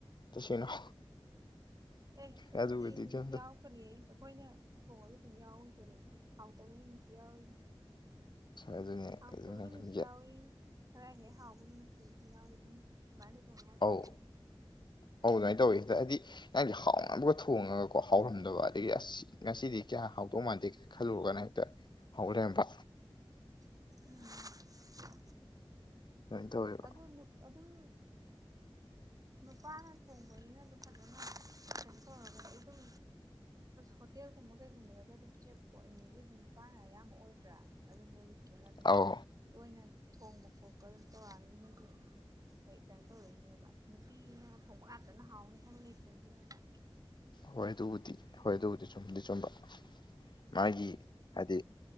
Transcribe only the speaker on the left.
ꯇꯁꯦꯡꯅ
ꯑꯗꯨꯒꯗꯤ
ꯀꯩꯝꯇ
ꯑꯗꯨꯅꯦ
ꯑꯗꯨꯅ
ꯑꯗꯨꯝ
ꯑꯧ
ꯑꯧ ꯑꯗꯨꯃꯥꯏꯅ ꯇꯧꯋꯤ ꯍꯦꯛꯇ ꯍꯥꯏꯗꯤ ꯍꯥꯎꯅꯕ ꯊꯣꯡꯉ ꯍꯥꯎꯔꯝꯗꯕ ꯑꯗꯩꯒꯤ ꯑꯁ ꯉꯁꯤꯗꯤ ꯀꯌꯥ ꯍꯥꯎ ꯍꯧꯗꯧ ꯃꯥꯟꯗꯦ ꯈꯜꯂꯨꯔꯒꯅ ꯍꯦꯛꯇ ꯍꯥꯎ ꯂꯩꯔꯝꯕ
ꯑꯗꯨꯃꯥꯏꯅ ꯇꯧꯋꯦꯕ
ꯑꯧ
ꯍꯣꯏ ꯑꯗꯨꯕꯨꯗꯤ ꯍꯣꯏ ꯑꯗꯨꯕꯨꯗꯤ ꯆꯤꯝꯗꯤ ꯆꯨꯝꯕ ꯃꯥꯒꯤ ꯍꯥꯏꯗꯤ